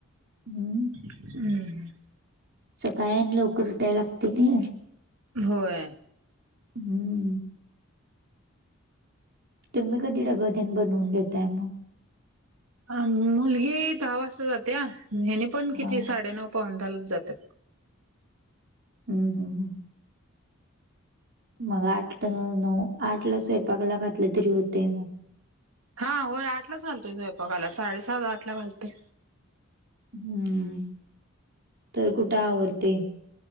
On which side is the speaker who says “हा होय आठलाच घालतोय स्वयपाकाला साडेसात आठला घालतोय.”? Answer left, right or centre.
Right